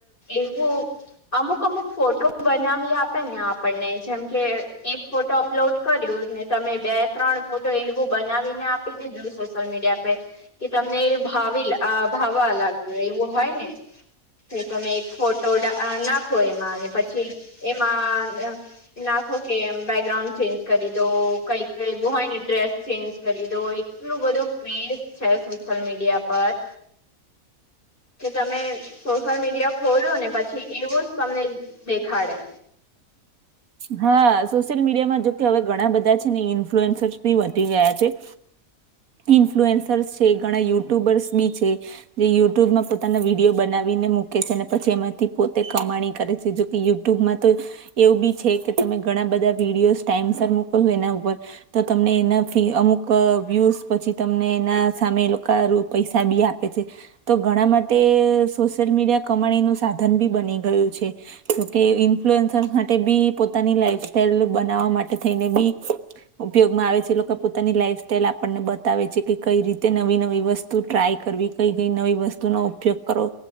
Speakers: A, on the left; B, on the right.
A: એવું અમુક અમુક ફોટો બનાવી આપે ને આપણને જેમકે એક ફોટો અપલોડ કર્યું ને તમે બે ત્રણ ફોટો એવું બનાવીને આપી દીધું સોશિયલ મીડિયા પે કે તમને ભાવી આ ભાવવા લાગ્યું એવું હોય ને. એ તમે એક ફોટો નાખો એમાં અને પછી એમાં નાખો કે એમ બેકગ્રાઉન્ડ ચેન્જ કરી દો કઈક એવું હોય ને ડ્રેસ ચેન્જ કરી દો આટલું બધું ક્વિઝ છે સોશિયલ મીડિયા પર કે તમે સોશિયલ મીડિયા ખોલ્યો ને પછી એવું જ તમને દેખાડે
B: હા સોશિયલ મીડિયામાં જોકે હવે ઘણા બધા છે ને ઇન્ફ્લુઅન્સર્સ બી વધી ગયા છે.
A: <inaudible>
B: ઇન્ફ્લુએન્સર્સ છે ઘણા યુટ્યુબર્સ બી છે. જે યુટ્યુબમાં પોતાના વિડીયો બનાવીને મૂકે છે અને પછી એમાંથી પોતે કમાણી કરે છે જો યુટ્યુબમાં તો એવું બી છે કે તમે ઘણા બધા વિડીયોસ ટાઈમસ મોકલ છો એના ઉપર તો તમને એના અમુક વ્યુઝ પછી તમને એના સામે એ લોકો પૈસા બી આપે છે. તો ઘણા માટે સોશિયલ મીડિયા કમાણીનું સાધન બી બની ગયું છે. જોકે ઇન્ફ્લુઅન્સ માટે બી પોતાની લાઈફ સાઈલ બનાવવા માટે થઈને બી ઉપયોગમાં આવે છે એ લોકો પોતાની લાઈફ સ્ટાઈલ આપણને બતાવે છે કે કઈ રીતે નવી નવી વસ્તુ ટ્રાય કરવી કઈ કઈ નવી વસ્તુનો ઉપયોગ કરવો